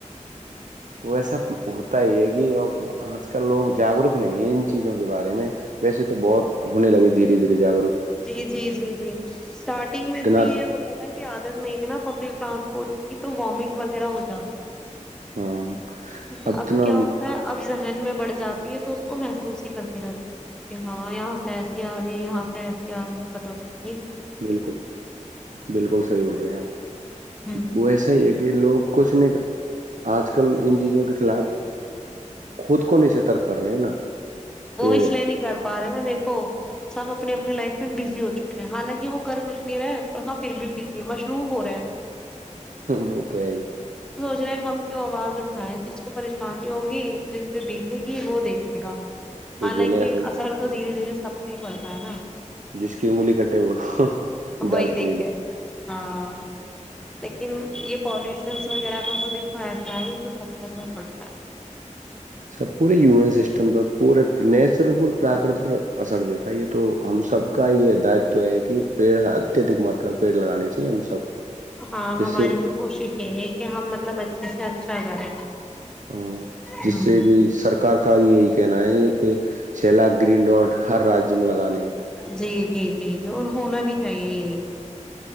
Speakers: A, on the right; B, in the centre.
A: ویسا تو بہت تا ے ہے کی اب آج کل لوگ جاگروک نہیں ہے چیزوں کے بارے میں ویسے تو بہت ہونے لگے دھیرے دھیر جاگ رک
B: جی جی جی جی سٹارٹنگ میں
A: اتنا
B: تو یہ ہوتا تھا کہ عادت میں ا پبلک ٹرانسپورٹ کی تو وامٹ وغیرہ ہو جاتی تھی
A: ہاں
B: اچھا
A: اب اتنا
B: کیا ہوتا ہے اب ذہن میں بڑھ جاتی ہے تو اس کو محسوس ہی کرتی رہتی ہوں میں کہ ہاں یہاں سے ایسی آ گی یہاں سے ایسی کیا رہ یہ پتا ہو کیا
A: بالکل بالکل صحیح بول رہے ہیں آپ
B: ہوں
A: وہ ایسا ہی ہے کہ لوگ کچھ نہیں آج کل ان چیزوں کے خلاف خود کو نہیں سترک کر رہے ہیں نا
B: وہ
A: کہ
B: اس لیے نہیں کر پا رہے نا دیک سب اپنے اپنے لائف میں بزی ہو چکے ہیں حالانکہ وہ کر کچھ نہیں رہے پر ہاں پھر بھی بزی ہے مصروف ہو رہے ہیں
A: وہ تو ہے
B: نے ہم کیوں آواز اٹھائے جس کو پریشانی ہوگی جس پہ بیتے گی وہ دیکھے گا
A: وہ
B: حالانکہ
A: جیلے کا صحیح
B: اسر تو دھیرے دھیر سب کو ہی پڑتا ہے نا
A: جس کی انگلی کٹے وہ
B: وہی
A: درد جیلے
B: دیکھے ہاں لیکن یہ پالوشنس وغیرہ کا تو دیکھو ایسا ہے تو سب کےثر پڑتا ہے
A: سب پورے ہیومن سسٹم پر پورے ن سر پ پراکرتی
B: ہاں
A: پ اصر د تئیے تو ہم سب
B: جی
A: کا یہ داتو ہے کہ پیڑ اتیہدک ماترا میں پیڑ لگانے چاہی ہم سب کو
B: ہاں
A: جس
B: ہماری
A: سے
B: تو کوشش یہ ہے کہ ہم مطلب اچھے سے اچھا کریں
A: ہاں
B: ہوں
A: جس سے کہ سرکار کا بھی یہی کہنا ہے کہ چیلا گرین ڈاڈ ہر راج میں لگانے ہیں
B: جی جی جی اور ہونا بھی چاہیے یہ